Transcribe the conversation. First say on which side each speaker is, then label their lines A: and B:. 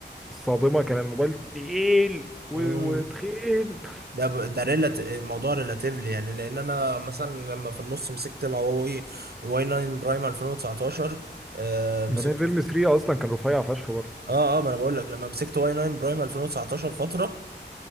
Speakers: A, in the centre; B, on the right (about 60°).
A: الصادمه كان الموبايل تقيل و-
B: امم
A: وتخين
B: ده ب... ده ريلات الموضوع ريلاتيفلي يعني لان انا مثلا لما في النص مسكت الهواوي واي 9 برايم 2019 آه
A: بعدين
B: مسكته
A: فيلم 3 اصلا كان رفيع فشخ برضه
B: اه اه ما انا بقول لك لما مسكت واي 9 برايم 2019 فتره